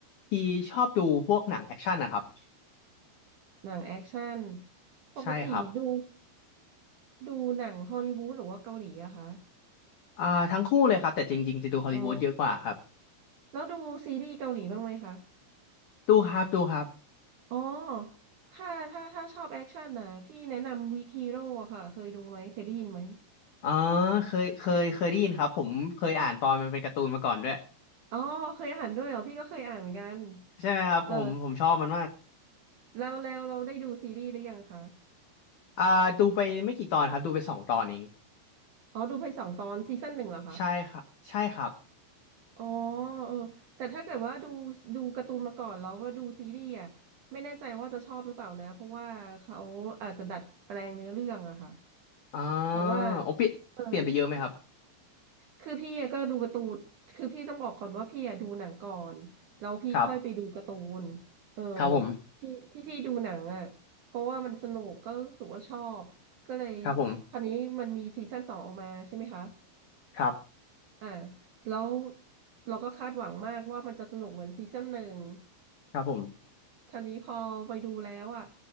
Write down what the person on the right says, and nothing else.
หนังแอคชั่นปกติดู
ดูหนังฮอลลีวูดหรือว่าเกาหลีอะคะ
อ๋อ แล้วดูซีรีส์เกาหลีบ้างไหมคะ
อ๋อ ถ้าถ้าถ้าชอบแอคชั่นนะพี่แนะนำวีคฮีโร่ค่ะ เคยดูไหม เคยได้ยินไหม
อ๋อ เคยอ่านด้วยเหรอ พี่ก็เคยอ่านเหมือนกัน
เออแล้วแล้วเราได้ดูซีรีส์หรือยังคะ
อ๋อดูไปสองตอนซีซั่นหนึ่งเหรอคะ
อ๋อเออแต่ถ้าเกิดว่าดูดูการ์ตูนมาก่อนแล้วว่าดูซีรีส์อ่ะไม่แน่ใจว่าจะชอบหรือเปล่านะเพราะว่าเขาอาจจะดัดแปลงเนื้อเรื่องอะค่ะ
แต่ว่า
เออคือพี่อะก็ดูการ์ตูนคือพี่ต้องบอกก่อนว่าพี่อะดูหนังก่อนแล้วพี่ค่อยไปดูการ์ตูนเออ
ที่ที่ที่ดูหนังอะเพราะว่ามันสนุกก็รู้สึกว่าชอบก็เลย
คราวนี้มันมีซีซั่นสองออกมาใช่ไหมคะ
อ่าแล้วเราก็คาดหวังมากว่ามันจะสนุกเหมือนซีซั่นหนึ่ง
ทีนี้พอไปดูแล้วอ่ะ